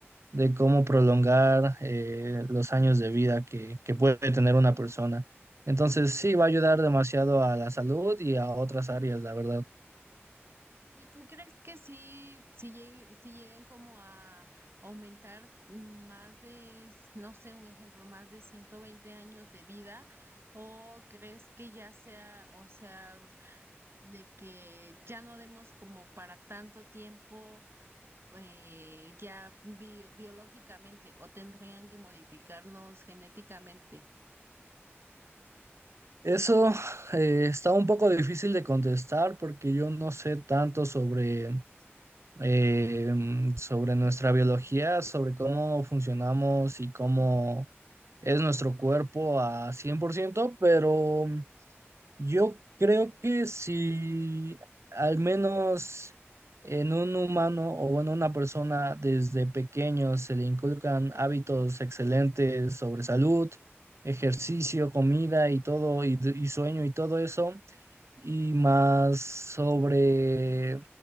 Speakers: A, on the right (about 80°); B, on the right (about 60°).
A: de cómo prolongar eh, los años de vida que, que puede tener una persona. Entonces sí, va a ayudar demasiado a la salud y a otras áreas, la verdad.
B: ¿Y tú crees que sí, si lleguen, si lleguen como a aumentar más de, no sé, un ejemplo, más de 120 años de vida? ¿O crees que ya sea, o sea, de que ya no demos como para tanto tiempo eh, ya bio- biológicamente o tendrían que modificarnos genéticamente?
A: Eso <sighs> eh, está un poco difícil de contestar porque yo no sé tanto sobre, eh, sobre nuestra biología, sobre cómo funcionamos y cómo es nuestro cuerpo a 100%, pero yo creo que si al menos en un humano o bueno, una persona desde pequeño se le inculcan hábitos excelentes sobre salud, ejercicio, comida y todo, y, y sueño y todo eso, y más sobre